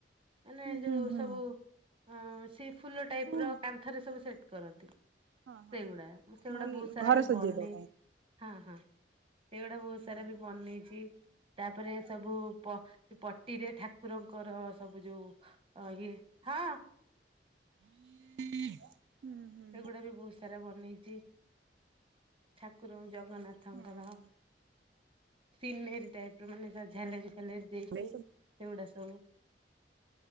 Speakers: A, on the right; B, on the right.
A: ମାନେ
B: ହୁଁ
A: ଯୋଉ
B: ହୁଁ ହୁଁ
A: ସବୁ ଅ ସି ଫୁଲ ଟାଇପ
B: ହଁ
A: ର କ କାନ୍ଥ ରେ ସବୁ ସେଟ କରନ୍ତି
B: ହଁ ହଁ।
A: ସେଗୁଡା ମୁଁ ସେଗୁଡା
B: ଭଲ
A: ବହୁତ ସାରା
B: ଘର
A: ବି
B: ସଜେଇବା
A: ବନେଇଛି।
B: ପାଇଁ
A: ହଁ ହଁ ସେଗୁଡା ବହୁତ
B: ହୁଁ
A: ସାରା ବି ବନେଇଚି ତାପରେ ସବୁ। ପଟିରେ ଠାକୁରଙ୍କର ସବୁ ଯୋଉ ଇଏ ହଁ।
B: <inaudible> ହୁଁ।
A: ଏଗୁଡା ବି ବହୁତ ସାରା ବନେଇଚି ଠାକୁର ଜଗନ୍ନାଥଙ୍କର।
B: ହଁ
A: ସିନେର ଟାଇପ ର ମାନେ ଝାଲେରି ଫାଲେରି ଦେଇକି
B: ଏସବୁ
A: ସେଗୁଡା ସବୁ।